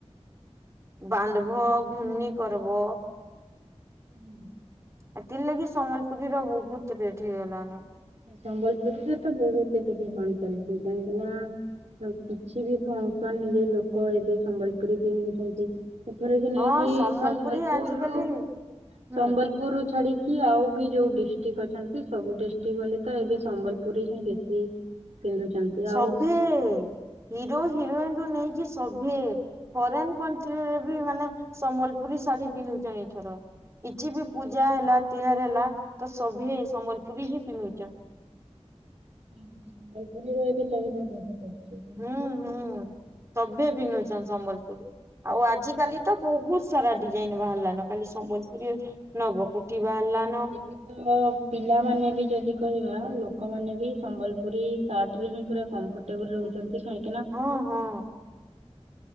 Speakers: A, on the right (about 25°); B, on the right (about 85°).
A: ବାନ୍ଧବୋ ଘୁର୍ଣ୍ଣି କରବ।
B: ହୁଁ।
A: ଏଥିର୍ ଲାଗି ସମ୍ବଲପୁରୀର ବହୁତ ରେଟ୍ ହେଇଗଲାନ।
B: ସମ୍ବଲପୁରୀର ତ ବହୁତ୍ ଏବେ ଡିମାଣ୍ଡ ଚାଲିଛି। କାହିଁକି ନା କିଛି ବି ଫଙ୍କସନ୍ ହେଲେ ଲୋକ ଏବେ ସମ୍ବଲପୁରୀ ପିନ୍ଧୁଛନ୍ତି। ଏପର କି ନାଇ
A: ହଁ
B: କି
A: ସମ୍ବଲପୁରୀ
B: ସମ୍ବଲପୁରରୁୁ
A: ଆଜିକାଲି ହୁଁ
B: ସମ୍ବଲପ ରୁ ଛାଡି଼କି ଆଉ ବି ଯୋଉ ଡିଷ୍ଟ୍ରିକ୍ ଅଛନ୍ତି ସବୁ ଡିଷ୍ଟ୍ରିକ ଗଲେ ତ ଏବେ ସମ୍ବଲପୁରୀ ହିଁ ବେଶୀ ପିନ୍ଧୁଛନ୍ତି
A: ସବିଏ
B: ଆଉ
A: ହିରୋ ହିରୋଇନ୍ ରୁ ନେଇକି ସବିଏ ଫରେନ୍ କଣ୍ଟ୍ରିରେ ବି ମାନେ ସମ୍ବଲପୁରୀ ଶାଢୀ ପିନ୍ଧୁଛନ୍ତି ଏଥର କିଛି ବି ପୂଜା ହେଲା ତିହାର ହେଲା ତ ସଭିଏ ସମ୍ବଲପୁରୀ ହିଁ ପିନ୍ଧୁଛନ଼
B: ହୁଁ ସମ୍ବଲପୁରୀ ଏବେ ଚାହିଦା ବହୁତ୍ ଅଛି।
A: ହୁଁ ହୁଁ ସଭିଏ ପିନ୍ଧୁଛନ୍ ସମ୍ବଲପୁରୀ ଆଉ ଆଜିକାଲି ତ ବହୁତ୍ ସାରା ଡିଜାଇନ୍ ବାହାରିଲାନ ଖାଲି ସମ୍ବଲପୁରୀ ଅଛି। ନବ କୋଟି ବାହାରିଲା।
B: ଏବେ ତ ପିଲାମାନେ ବି ଯଦି କହିବା ଲୋକମାନେ ବି ସମ୍ବଲପୁରୀ ସାର୍ଟରେ ହିଁ ପୁରା କମ୍ଫର୍ଟ ରହୁଛନ୍ତି କାଇ
A: ହଁ ହଁ